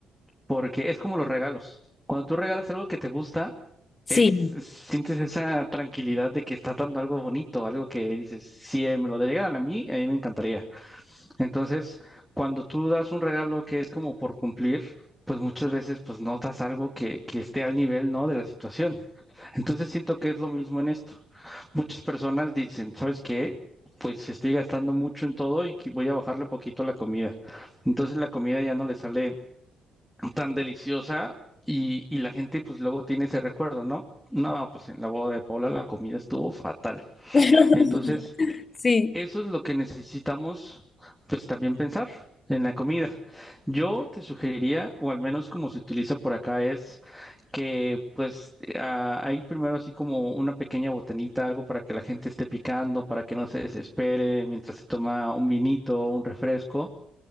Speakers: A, in the centre; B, on the left.
A: porque es como los regalos. Cuando tú regalas algo que te gusta, es,
B: Sí,
A: es- sientes esa tranquilidad de que estás dando algo bonito, algo que dices, si eh, me lo delegaran a mí, a mí me encantaría. Entonces, cuando tú das un regalo que es como por cumplir, pues muchas veces pues no das algo que, que esté al nivel, ¿no? de la situación. Entonces siento que es lo mismo en esto. Muchas personas dicen, ¿sabes qué? Pues estoy gastando mucho en todo y que voy a bajarle poquito a la comida. Entonces la comida ya no le sale tan deliciosa y, y la gente pues luego tiene ese recuerdo, ¿no? No, pues en la boda de Paula la comida estuvo fatal.
B: <laughs>
A: Entonces, eso
B: sí.
A: es lo que necesitamos pues también pensar en la comida. Yo te sugeriría, o al menos como se utiliza por acá, es que pues ah, hay primero así como una pequeña botanita, algo para que la gente esté picando, para que no se desespere mientras se toma un vinito, un refresco.